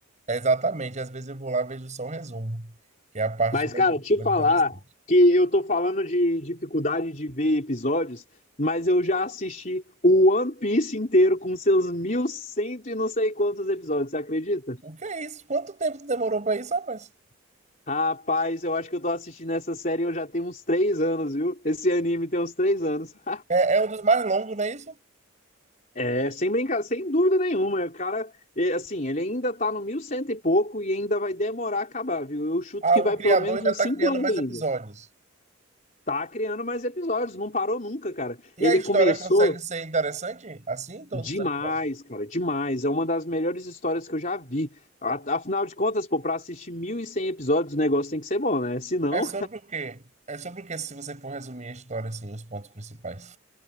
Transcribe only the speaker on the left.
Mas,
cara, te
falar
que eu tô falando de dificuldade de ver episódios, mas eu já assisti o One Piece inteiro com seus 1100 e cento e não sei quantos episódios, você acredita?
Rapaz, eu acho que eu tô assistindo essa série eu já tenho uns três anos, viu? Esse anime tem uns três anos. <laughs>
É, sem brincar, sem dúvida nenhuma. O cara, é, assim, ele ainda tá no mil e cento e pouco e ainda vai demorar a acabar, viu? Eu chuto
que
vai
pelo menos
uns
cinco
anos
ainda.
Tá criando mais episódios, não parou nunca, cara.
Ele
começou
Demais,
cara, demais. É uma das melhores histórias que eu já vi. A- Afinal de contas, pô, pra assistir 1.100 episódios, o negócio tem que ser bom, né? senão